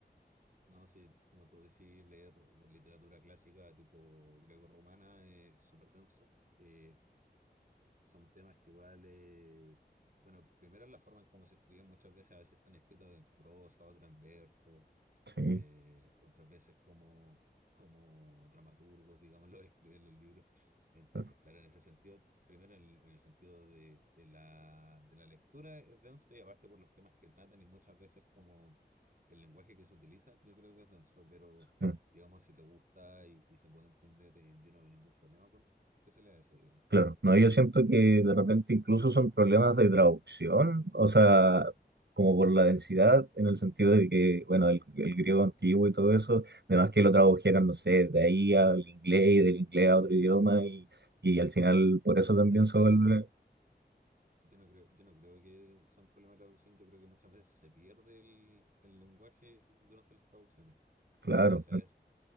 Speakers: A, on the right; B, on the right.
A: No, sí, como tú decís, leer literatura clásica tipo greco-romana es súper denso. Eh, son temas que igual, eh, bueno, primero la forma en cómo se escriben muchas veces, a veces están escritos en prosa, otras en verso
B: Sí,
A: eh, otras veces como, como dramaturgos, digamos, los <laughs> escriben los libros. Entonces,
B: claro.
A: claro, en ese sentido, primero en el, en el sentido de, de la, de la lectura es denso y aparte por los temas que tratan y muchas veces como el lenguaje que se utiliza, yo creo que es denso, pero
B: sí,
A: digamos, si te gusta y, y se puede entender, eh, yo no veo ningún problema con, con que se lea eso, digamos.
B: claro. No, yo siento que de repente incluso son problemas de traducción, o sea, como por la densidad, en el sentido de que, bueno, el, el griego antiguo y todo eso, además que lo tradujeron, no sé, de ahí al inglés y del inglés a otro idioma y, y al final por
A: S-
B: eso también
A: Sabéis
B: se
A: que
B: vuelve,
A: yo no creo, yo no creo que sea un problema de traducción, yo creo que muchas veces se pierde el, el lenguaje durante las traducciones.
B: claro,
A: Puede que sea eso.